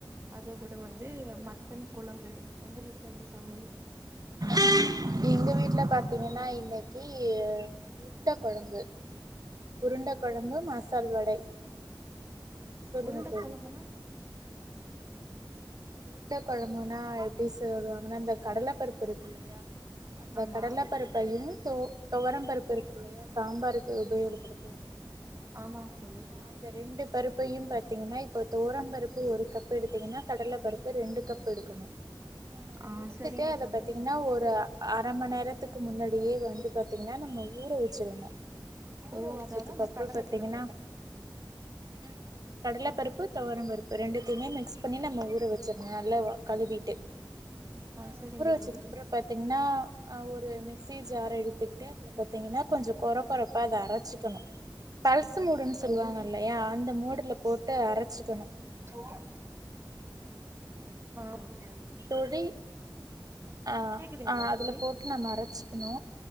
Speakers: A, on the right; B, on the right.
A: அது கூட வந் ந்து மட்டன்
B: ம்
A: கொழம்பு ஒங்க வீட்ல என்ன சமையல்
B: ம் எங்க வீட்ல பாத்தீங்கன்னா இன்னைக்கி உருண்ட கொழம்பு உருண்ட கொழம்பு மசால் வடை சொல்லுங்க
A: உருண்ட
B: தோழி
A: கொழம்புனா
B: உருண்ட கொழம்புன்னா எப்படி செய்வாங்கன்னா இந்த கடலை பருப்பு இருக் அந்த
A: ஆமா
B: கடலை பருப்பையும் துவர பருப்பு இருக் இல்லையா சாம்பாருக்கு உபயோகப்படுத்து
A: ஆமா தோழி
B: அந்த ரெண்டு பருப்பையு பாத்தீங்கன்னா இப்போ தொவரம் பருப்பு ஒரு கப்பு எடுத்தீங்கன்னா கடல பருப்பு ரெண்டு கப் எடுக்கணு அ
A: ஆ
B: எடுத்துட்டு
A: சரிங்க
B: அத
A: தோழி
B: பாத்தீங்கன்னா ஒரு அர மண் நேரத்துக்கு முன்னாடியே வந்து பாத்தீங்கன்னா நம்ம ஊர வச்சிரணு ஊற
A: ஓ
B: வச்சதுக்கு
A: அதாது அந்த
B: அப்புறோ
A: கடலை
B: பாத்தீங்கன்னா
A: பருப்ப
B: ம் கடல பருப்பு தொவர பருப்பு ரெண்டுத்தையுமே மிக்ஸ் பண்ணி நம்ப ஊற வச் சே நல்லா கழுவிட்டு ஆ
A: சரிங்க
B: ஊற வச்சதுகப்பறோ
A: தோழி
B: பாத்தீங்கன்னா அ ஒரு மிக்சி ஜார எடுத்துக்கிட்டு இது பாத்தீங்கன்னா கொஞ்ச கொற கொறப்பா அத அரச்சு க்குனு பல்ஸ் மூடுன்னு சொல்லுவாங்கல்லயா
A: என்ன
B: அந்த மூடுல போட்டு அரச்சிக்கணு
A: இப்போ ஆ ஓகே ஓ
B: தோழி ஆ
A: கேக்குதுங்களா
B: ஆ அதுல
A: தோழி
B: போட் க்கு நா அறைச்சிக்கணு